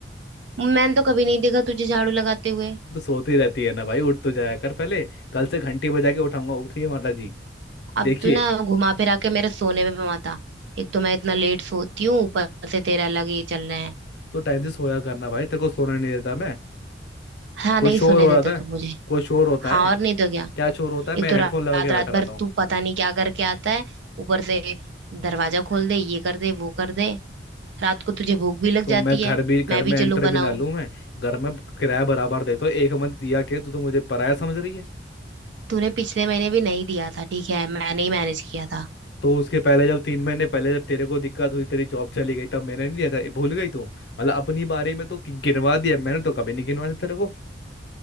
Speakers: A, on the right; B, on the left.
A: है मैंने तो कभी नहीं देखा तुझे झाड़ू लगाते हुए
B: तो सोती रहती है ना भाई उठ तो जाया कर पहले कल से घंटी बजा के उठाऊंगा उठिए माता जी देखिए
A: अब तू ना घुमा फिरा के मेरे सोने में भी मत आ एक तो मैं इतना लेट सोती हूँ ऊपर से तेरा अलग ही चल रहा है
B: तो टाइम से सोया करना भाई तेरे को सोने नहीं देता मैं
A: हाँ
B: कोई
A: नहीं
B: शोर
A: सुने
B: हो
A: देता
B: रहा था
A: तू मुझे
B: कोई शोर होता
A: हाँ
B: है
A: और नहीं तो क्या
B: क्या शोर होता है मैं
A: एक तो
B: हेडफोन
A: रा-
B: लगा
A: रात
B: के बैठा
A: रात
B: रहता
A: भर
B: हूँ
A: तू पता नहीं क्या करके आता है ऊपर से दरवाजा खोल दे ये कर दे वो कर दे रात को तुझे भूख भी लग
B: तो
A: जाती
B: मैं घर
A: है
B: भी घर
A: मैं
B: में
A: भी
B: एंटर
A: चलूं बनाऊं
B: भी ना लूँ मैं घर में किराया बराबर देता हूँ एक मंथ दिया के तू तो मुझे पराया समझ रही है
A: तूने पिछले महीने भी नहीं दिया था ठीक है मैंने ही मैनेज किया था
B: तो उसके पहले जब तीन महीने पहले जब तेरे को दिक्कत हुई तेरी जॉब चली गई तब मैंने नहीं दिया था ये भूल गई तू मतलब अपनी बारे में तो गि- गिनवा दिया मैंने तो कभी नहीं गिनवा दिया तेरे को